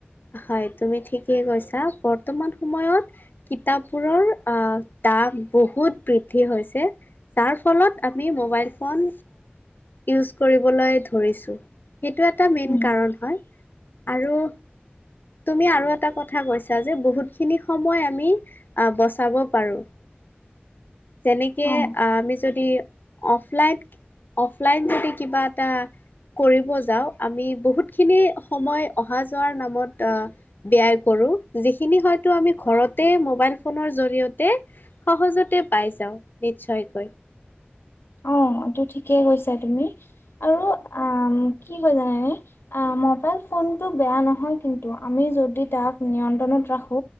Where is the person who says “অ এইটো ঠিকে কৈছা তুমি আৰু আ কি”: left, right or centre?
Left